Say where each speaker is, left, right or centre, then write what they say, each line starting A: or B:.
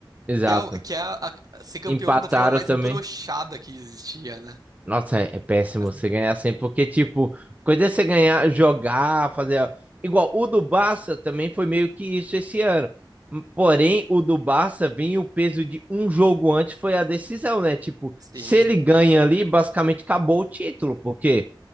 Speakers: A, on the right (about 20°); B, on the right (about 45°).
A: Exato.
B: que é, o- que é a- a- ser campeão
A: Empataram
B: da forma mais
A: também.
B: broxada que existia, né?
A: Nossa, é é péssimo
B: Mas
A: você ganhar assim, porque, tipo, coisa é você ganhar, jogar, fazer. Igual o do Barça também foi meio que isso esse ano. Hum, Porém, o do Barça vem o peso de um jogo antes, foi a decisão, né? Tipo,
B: sim.
A: se ele ganha ali, basicamente acabou o título, porque